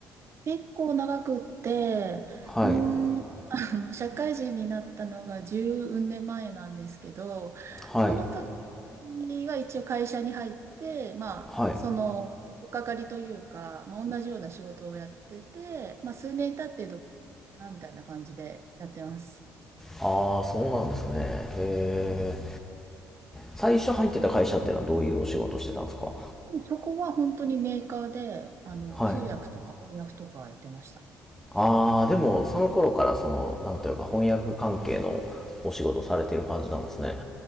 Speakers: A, on the right (about 45°); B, in the centre.
A: 結構長くって、
B: はい。
A: うーん、あの、社会人になったのが10年前なんですけど、
B: はい。
A: その時は一応会社に入って、まあ、
B: はい。
A: その、とっかかりというか、まあ、同じような仕事をやってて、まあ、数年経ってどうかなみたいな感じでやってます。
B: ああ、そうなんですね。へえ最初入ってた会社っていうのはどういうお仕事をしてたんですか
A: もうそこは本当にメーカーで、あの、
B: はい。
A: 通訳とか翻訳とかやってました。
B: ああでもその頃からそのなんというか翻訳関係のお仕事されてる感じなんですね